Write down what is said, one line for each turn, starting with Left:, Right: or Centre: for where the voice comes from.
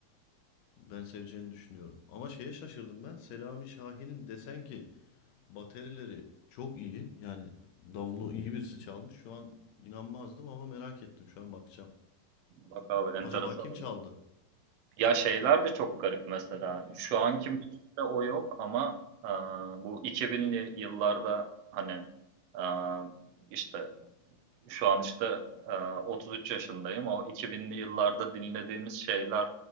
Left: Ben seveceğini düşünüyorum. Ama şeye şaşırdım ben. Selami Şahin'in desen ki baterileri çok iyi. Yani davulu iyi birisi çalmış. Şu an inanmazdım ama merak ettim. Şu an bakacağım.
Right: Bak abi enteresan
Left: Acaba kim
Right: oluyor.
Left: çaldı?
Right: Ya şeyler de çok garip mesela. Şu anki müzikte o yok ama e, bu 2000'li yıllarda hani e, işte Şu an işte e, 33 yaşındayım. O 2000'li yıllarda dinlediğimiz şeyler